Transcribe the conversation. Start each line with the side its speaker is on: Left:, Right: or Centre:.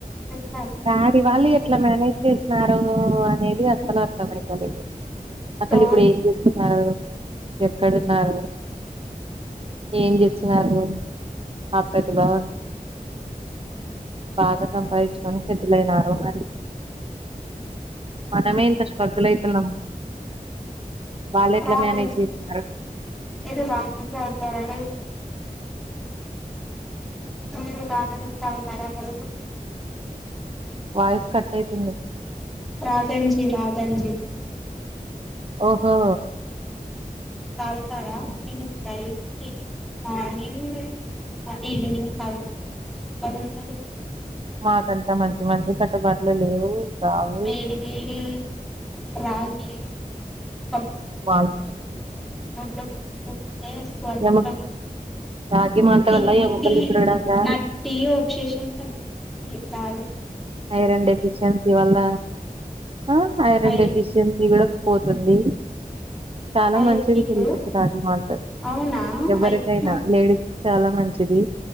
Centre: <unintelligible>
Right: డాడీ వాళ్ళు ఎట్లా మేనేజ్ చేసినారో అనేది అస్సల అర్థమైతలేదు అసలు
Centre: డోంట్
Right: ఇప్పుడు ఏం చెస్తున్నారు ఎక్కడున్నారు ఏం చేస్తున్నారు ఆ ప్రతిభా బాగా సంపాదించుకొని సెటిల్ అయినారో మరి మనమే ఇంత స్ట్రగుల్ అయితున్నాము వాళ్ళు ఎట్లా
Centre: రాగంజి
Right: మేనేజ్ చేస్తున్నారు
Centre: మీరు రాగంజి తాగుతారా లేదు <unintelligible>
Right: వాయిస్ కట్ అయితుంది
Centre: రాఘంజీ రాఘంజీ
Right: ఒహో
Centre: తగుతారా నెను డైలీ మార్నింగ్ ఈవినింగ్ తాగుతా ఉంటది
Right: మాకంతా మంచి మంచి కట్టుబాట్లు లేవు రావు
Centre: వేడి వేడి రాగి ప
Right: వాల్
Centre: ఓక <unintelligible> నయస్వర్థం
Right: ఎమ రాగి మంట
Centre: టీ
Right: వల్ల ఎముకలు
Centre: టీ
Right: దృఢంగా
Centre: నా టీ ఆబ్సేషన్ తగ్గిపోయింది తా
Right: ఐరన్ డెఫిషియన్సీ వల్ల ఆ ఐరన్
Centre: అయి
Right: డఫిషియన్సీ గుడ పోతుంది చాలా
Centre: అయి
Right: మంచిది
Centre: నీకు
Right: హెల్త్ కి రాగి మాల్ట్
Centre: అవునా
Right: ఎవరికైనా
Centre: అయితే నాకు
Right: లేడీస్ కి చాలా మంచి చేసింది